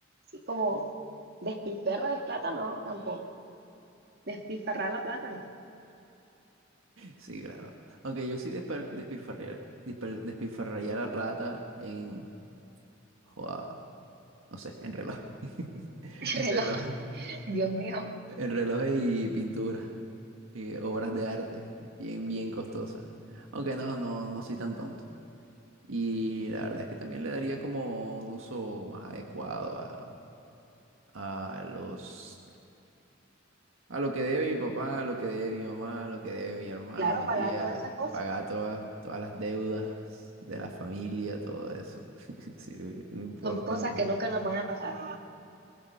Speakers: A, on the right; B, on the right.
A: como despilferra de plata, no, tampoco. Despilfarrar la plata, no.
B: Sí, claro. Aunque yo sí despilfarrar despilfarriar, despil- despilfarraría la plata en... Joda, no sé, en reloj. <laughs>
A: <laughs>
B: En reloj.
A: Dios mío.
B: En relojes y pinturas, y obras de arte, bien, bien costosas. Aunque no, no, no soy tan tonto. Y la verdad es que también le daría como un uso más adecuado a, a los, a lo que debe mi papá, a lo que debe mi mamá, a lo que debe mi hermano,
A: Claro,
B: mi
A: pagar
B: tía,
A: todas esas cosas.
B: pagar todas, todas las deudas de la familia, todo eso. <laughs> Sí, lo importante.
A: Son cosas que nunca nos van a pasar.